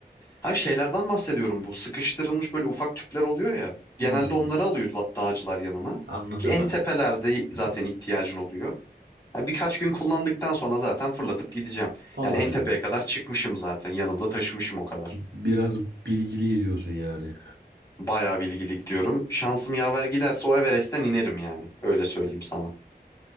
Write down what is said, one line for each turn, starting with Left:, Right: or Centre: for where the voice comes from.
Left: Her şeylerden bahsediyorum bu. Sıkıştırılmış böyle ufak tüpler oluyor ya. Genelde
Right: Hmm,
Left: onları alıyor la- dağcılar yanına.
Right: anladım
Left: Ki en
Right: ben.
Left: tepelerde
Right: Hmm,
Left: zaten ihtiyacın oluyor. Ha, birkaç gün kullandıktan sonra zaten fırlatıp gideceğim.
Right: Olabilir.
Left: Yani en tepeye kadar çıkmışım zaten. Yanımda taşımışım o kadar.
Right: Biraz bilgili gidiyorsun yani.
Left: Bayağı bilgili gidiyorum. Şansım yaver giderse o Everest'ten inerim yani. Öyle söyleyeyim sana.